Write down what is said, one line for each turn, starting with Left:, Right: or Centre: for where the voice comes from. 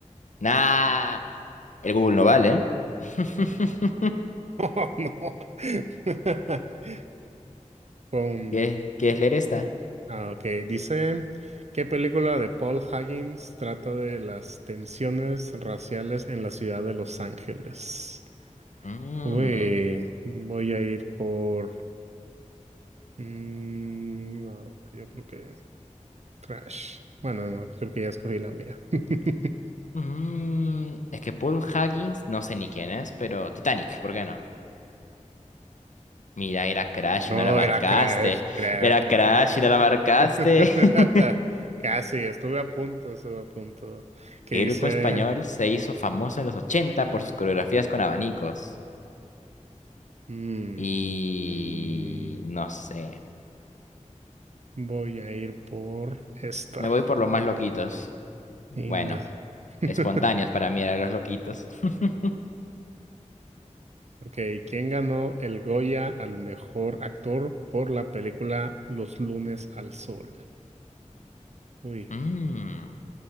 Left: Nah, el Google no vale. ¿eh? <laughs>
Right: <laughs> Oh, no. <laughs> Con.
Left: ¿Quieres, quieres leer esta?
Right: Ah, ok. Dice, ¿qué película de Paul Higgins trata de las tensiones raciales en la ciudad de Los Ángeles?
Left: Mm,
Right: Uy, voy a ir por... mm, no, yo creo que Crash. Bueno, no, creo que ya escogí la mía. <laughs>
Left: mm, es que Paul Huggins, no sé ni quién es, pero Titanic, ¿por qué no? Mira, era Crash
Right: No,
Left: y no la marcaste.
Right: era Crash, cra-
Left: Era
Right: Crash.
Left: Crash y no la marcaste.
Right: <laughs>
Left: <laughs>
Right: Casi, estuve a punto, estuve a punto. Que
Left: ¿Qué
Right: dice...
Left: grupo español se hizo famoso en los 80 por sus coreografías con abanicos?
Right: mm,
Left: Y
Right: mm,
Left: no sé.
Right: voy a ir por esta.
Left: Me voy por los más loquitos.
Right: Inga.
Left: Bueno,
Right: <laughs>
Left: espontáneos para mí eran los loquitos. <laughs>
Right: Ok, ¿quién ganó el Goya al mejor actor por la película Los lunes al sol? Uy,
Left: Mm,